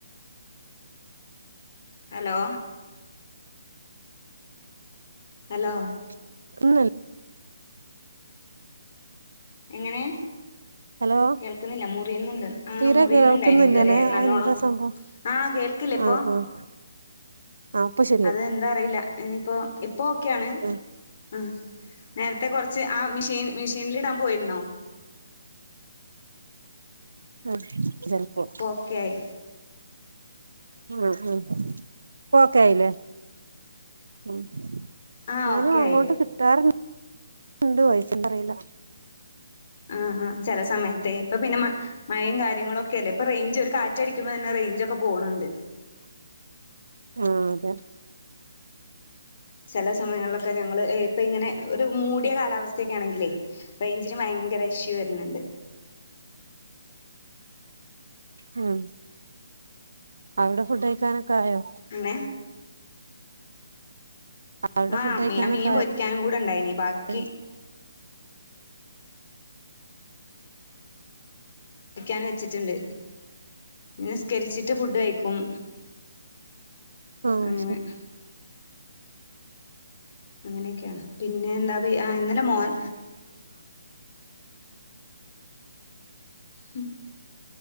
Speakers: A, on the left; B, on the right.
A: ഹലോ ഹലോ
B: <unintelligible>
A: എങ്ങനെ
B: ഹലോ
A: കേൾക്ക്ന്നില്ല മുറിയ്ന്ന്ണ്ട് ആ
B: തീരെ
A: മുറിയുന്നുണ്ടായിന്നു
B: കേൾക്കുന്നില്ലല്ലേ
A: ഇതുവരെ നല്ലോണം
B: അതെന്താ സംഭവം
A: ആ കേൾക്കില്ലേ ഇപ്പൊ
B: ആഹ് ആഹ് ആഹ് ഇപ്പൊ ശരിയായി
A: അത് എന്താറില്ല ഇനിയിപ്പോ ഇപ്പോ ഓക്കെയാണ്
B: ആഹ്
A: ആ നേരത്തെകൊർച്ച് ആ മിഷീൻ മിഷീനിലിടാൻ പോയിരുന്നോ
B: ആ ചെൽപ്പോ
A: ഇപ്പൊ ഓക്കെ ആയി
B: ആ ആ ഇപ്പോക്കായിലേ ഉം
A: ആ
B: ന്നാലും
A: ഓക്കെ
B: അങ്ങോട്ട്
A: ആയി
B: കിട്ടാറ്ണ്ട് വൈസന്തറിയില്ല
A: ആ ആ ചെല സമയത്തെ ഇപ്പൊ പിന്നെ മ മഴേ കാര്യങ്ങളൊക്കല്ലേ ഇപ്പൊറെയ്ഞ്ചൊരു കാ ടിക്കുമ്പോന്നെ റെയ്ഞ്ചൊക്കെ പോണ്ണ്ട്
B: ആഹ് അതെ
A: ചെല സമയങ്ങളിലൊക്കെ ഞങ്ങള് ഇപ്പൊങ്ങനെ ഒരു മൂട്യ കാലാവസ്ഥക്ക്യാണെങ്കിലേ റെയ് ഞ്ചിന് ഭയങ്കര ഇഷ്യു വെര്ണ് ണ്ട്
B: ഉം അവിടെ ഫുഡ് കഴിക്കാനൊക്കെയായോ?
A: അങ്ങനെ
B: അവിടെ
A: ആ
B: ഫുഡ് കഴിക്കാനൊക്കെ
A: മീ മീൻ പൊരിക്കാനും കൂടെ ഇണ്ടായിനീ ബാക്കി
B: ആയോ
A: ചിക്കൻ വെച്ച്ട്ട്ണ്ട് നിസ്കരിച്ചിട്ട് ഫുഡ് കഴിക്കും
B: ആ
A: അങ്ങനെ
B: ശെരി.
A: അങ്ങനെക്കെയാണ് പിന്നെ എന്താ ഇന്നലെ മോൻ മ്.